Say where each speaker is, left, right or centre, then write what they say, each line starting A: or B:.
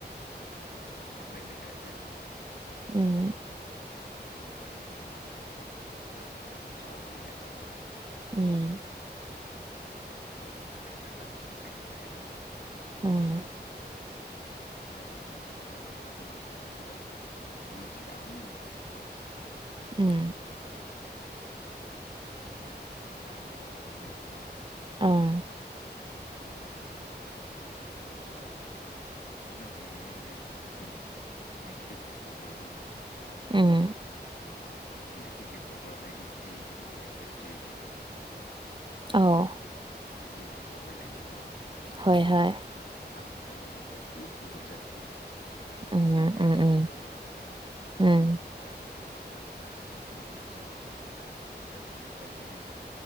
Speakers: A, on the left; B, on the right.
A: ꯑꯩꯈꯣꯏ ꯂꯩꯀꯥꯏꯁꯦ
B: ꯎꯝ
A: ꯀꯩꯅꯣ ꯑꯣꯏꯔꯝꯃꯦꯕ ꯌꯥꯝ ꯆꯥꯎꯔꯝꯃꯦꯕꯀꯣ
B: ꯎꯝ
A: ꯒ꯭ꯔꯥꯎꯟꯒ ꯂꯩꯔꯒ ꯄꯨꯈ꯭ꯔꯤꯒ ꯂꯩꯔꯒ
B: ꯑꫭ
A: ꯑꯗꯨꯃꯥꯏꯅ ꯇꯧꯔꯝꯕꯅꯦꯕ ꯑꯗꯨꯒ ꯑꯗꯨꯝ ꯃꯐꯝꯁꯤꯗ ꯃꯤꯁꯨ ꯌꯥꯝ ꯂꯥꯛꯄꯀꯣ
B: ꯎꯝ
A: ꯀꯩꯅꯣꯅꯤꯗ ꯕꯖꯥꯔ ꯃꯅꯥꯛ ꯑꯣꯏꯕꯅꯤꯅꯀꯣ
B: ꯑꯥ
A: ꯃꯤꯁꯨ ꯌꯥꯝ ꯂꯥꯛꯑꯦꯕ ꯑꯗꯨ ꯃꯇꯝꯗ ꯑ ꯑꯉꯥꯡ ꯑꯣꯏꯔꯤꯉꯩꯗꯗꯤ ꯑꯁꯤ ꯃꯩꯈꯦꯠꯀꯤ ꯀꯣꯕꯔꯗꯨ
B: ꯎꯪ
A: ꯑꯗꯨ ꯃꯩꯈꯦꯠꯀꯤ ꯀꯣꯕꯔ ꯍꯥꯏꯗꯤ ꯆꯦꯒꯤꯗꯨ ꯃꯩꯈꯦꯠ ꯆꯦꯒꯤꯗꯨ
B: ꯑꯧ
A: ꯆꯦꯛꯒꯤ ꯀꯣꯕꯔ ꯂꯩꯅꯨꯀꯣ
B: ꯍꯣꯏ ꯍꯣꯏ
A: ꯑꯗꯨ ꯀꯣꯕꯔꯗꯣ ꯈ꯭ꯋꯥꯏꯊꯤ ꯊꯤꯕ ꯆꯠꯀꯅꯤ ꯑꯁꯤ
B: ꯎꯝ
A: ꯖꯕ꯭ꯔꯥꯒꯨꯝꯕꯗꯀꯣ
B: ꯎꯝ ꯎꯝ ꯎꯝ
A: ꯒꯥꯔꯕꯦꯖ ꯁꯨꯝ ꯐꯪꯗ ꯑꯗꯨꯗ ꯑꯩꯈꯣꯏ ꯊꯤꯕ ꯊꯤꯕ ꯆꯠꯀꯅꯤ ꯑꯗꯨꯗ ꯊꯤꯕ ꯐꯪꯒꯅꯤ